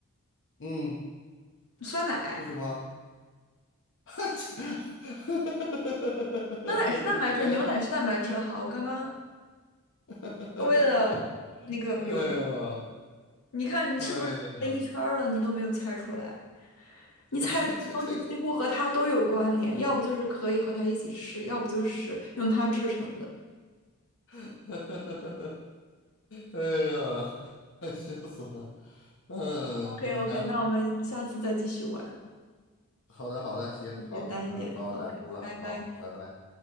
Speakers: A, on the left (about 60°); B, on the left (about 85°).
A: 嗯，
B: 酸奶，
A: 是什么？<laughs>
B: 酸奶是蛋白质，
A: 天，
B: 牛奶是蛋白质哈，我刚刚
A: <laughs>
B: 稍微的那个犹豫，
A: 哎呀，
B: 你看你是不是猜一圈儿了，
A: 哎呀，
B: 你都没有猜出来，你猜那些东西几乎和它都有关联，
A: <laughs> 这这这。
B: 要不就是可以和它一起吃，要不就是用它制成的。
A: <laughs> 哎呀，<laughs> 笑死我了。嗯，
B: OK
A: 很难。
B: OK，那我们下次再继续玩，
A: 好的，好的，行，好，
B: 简单一点的。
A: 嗯，把我难住了，
B: OK，拜拜。
A: 好，拜拜。